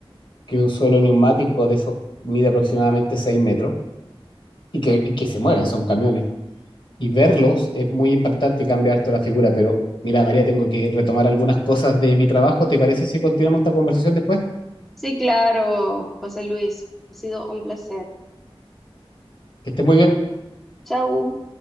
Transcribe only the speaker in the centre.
Sí, claro, José Luis, ha sido un placer.
Chau.